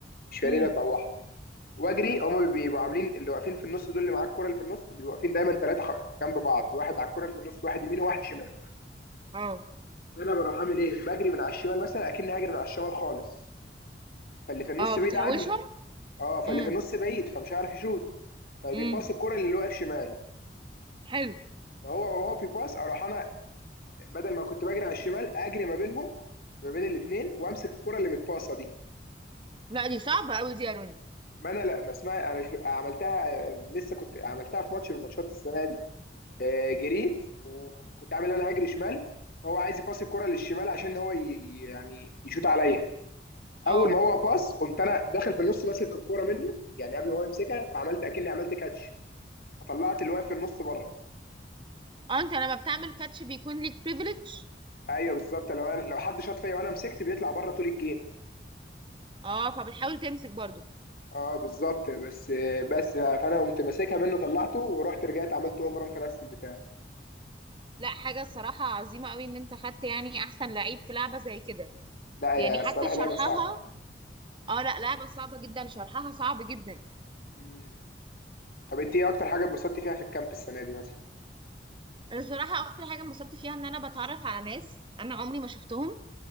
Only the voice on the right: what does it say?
امم
اه
اه بتحوشهم
امم
امم
حلو
لا دي صعبة قوي دي يا روني
اه
اه انت لما بتعمل كاتش بيكون ليك بريفليج
اه فبتحاول تمسك برضو
لا حاجة الصراحة عظيمة قوي ان انت خدت يعني احسن لعيب في لعبة زي كده
يعني
حتى
شرحها
اه لا لعبة صعبة جدا شرحها صعب جدا
انا الصراحة اكتر حاجة انبسطت فيها ان انا بتعرف على ناس انا عمري ما شفتهم